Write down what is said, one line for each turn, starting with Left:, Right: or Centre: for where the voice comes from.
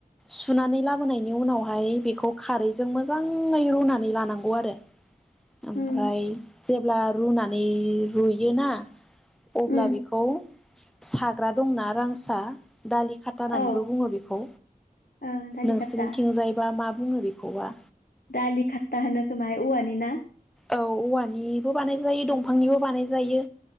Centre: सुनानै लाबोनायनि उनावहाय बेखौ खारैजों मोजाङै रुनानै लानांगौ आरो ओमफ्राय
Left: उ,
Centre: जेब्ला रुनानै रुयोना अब्ला
Left: उ,
Centre: बेखौ साग्रा दंना रांसा दालि खाता होननानैबो
Left: औ,
Centre: बुङो बेखौ।
Left: ओ, दालि
Centre: नोंसिनिथिंजाय
Left: खाट्टा
Centre: बा मा बुङो बेखौबा?
Left: दालि खातथा होनो खोमाहाय औवानि ना?
Centre: औ औवानिबो बानाय जायो दंफांनिबो बानाय जायो।